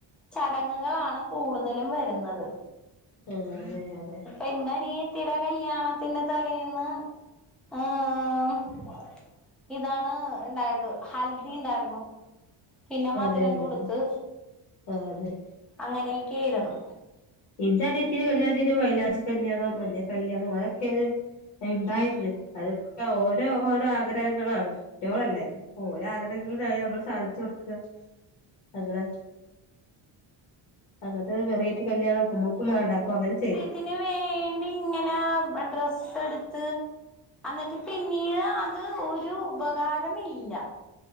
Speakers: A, in the centre; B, on the left.
A: ചടങ്ങുകളാണ് കൂടുതലും വരുന്നത്
B: ആ അതെ അതെ
A: എൻ്റ അനിയത്തീടെ കല്യാണത്തിന്റെ തലേന്ന് ആഹ് ഉം ഇതാണ് ഉണ്ടായത് ഹൽദി ഉണ്ടായിരുന്നു പിന്നെ മധുരം
B: അതെ അതെ
A: കൊടുത്ത്
B: അതെ ആഹ് അതെ
A: അങ്ങനെയൊക്കൊയിരുന്നു
B: എൻ്റെ അനിയത്തിടെ കല്യാണത്തിന് മൈലാഞ്ചി കല്യാണം മഞ്ഞ കല്യാണം അതൊക്കെയാണ് ഇണ്ടായിരുന്നു അതൊക്കെ ഓരോ ഓരോ ആഗ്രഹങ്ങളാണ് റ്റിയോളല്ലേ പോലെ ആഗ്രഹങ്ങൾ സഹിതം നമ്മള് സാധിച്ചു കൊടുക്കുക അങ്ങനെ അങ്ങനത്തെ വെറൈറ്റി കല്യാണം നമ്മക്കും മാണ്ട അപ്പ അങ്ങനെ ചെയ്തു
A: ത്തിന് വേണ്ടി ഇങ്ങനെ ഡ്രസ്സ് എടുത്ത് അന്നിട്ട് പിന്നീട് അത് ഒരു ഉപകാരം ഇല്ല